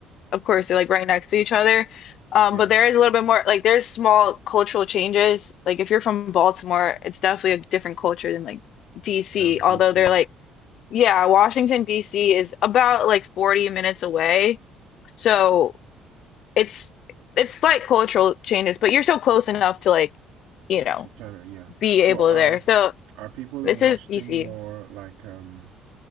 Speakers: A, on the left; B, on the right.
A: of course they're like right next to each other. Um,
B: Yeah,
A: but there is a little bit more like there's small cultural changes. Like if you're from Baltimore, it's definitely a different culture than like DC,
B: Damn
A: although
B: DC.
A: they're like yeah, Washington DC is about like 40 minutes away. So it's it's slight cultural changes, but you're still close enough to like, you know,
B: She can, yeah.
A: be
B: So
A: able
B: are
A: there. So
B: are people
A: this
B: in Washington
A: is DC.
B: more like um